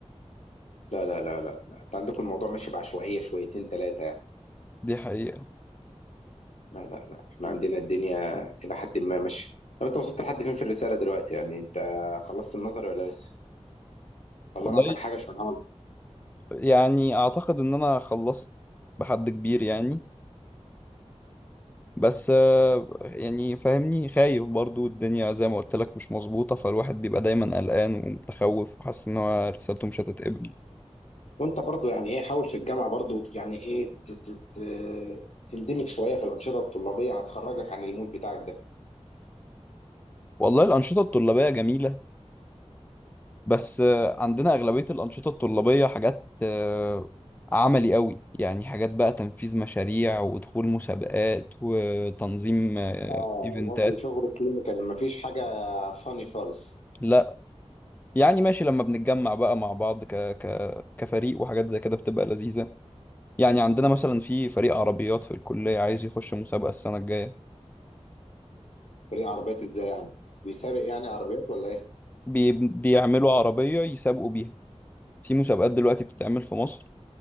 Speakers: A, on the left; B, on the left.
A: لا لا لا لا لا انت عندكم الموضوع ماشي بعشوائيه شويتين ثلاثه يعني
B: دي حقيقة
A: لا لا لا احنا عندنا الدنيا الى حد ما ماشيه طب انت وصلت لحد فين في الرساله دلوقتي يعني انت خلصت النظري ولا لسه ولا
B: والله
A: ناقصك حاجه عشان
B: يعني اعتقد ان انا خلصت بحد كبير يعني بس آه، يعني فاهمني خايف برضو الدنيا زي ما قلت لك مش مظبوطة فالواحد بيبقى دايما قلقان ومتخوف وحاسس ان هو رسالته مش هتتقبل
A: وانت برضو يعني ايه حاول في الجامعه برضو يعني ايه ت- ت- ت- تندمج شويه في الانشطه الطلابيه هتخرجك عن المود بتاعك ده
B: والله الأنشطة الطلابية جميلة بس آه، عندنا أغلبية الأنشطة الطلابية حاجات آه، عملي قوي يعني حاجات بقى تنفيذ مشاريع ودخول مسابقات وتنظيم آه،
A: اه
B: إيفنتات
A: برضه شغل كلينيكال مفيش حاجه فاني خالص
B: لا يعني ماشي لما بنتجمع بقى مع بعض ك... ك... كفريق وحاجات زي كده بتبقى لذيذة يعني عندنا مثلا في فريق عربيات في الكلية عايز يخش مسابقة السنة الجاية
A: فريق عربيات ازاي يعني بيسابق يعني عربيات ولا ايه
B: بي... بيعملوا عربية يسابقوا بيها في مسابقات دلوقتي بتتعمل في مصر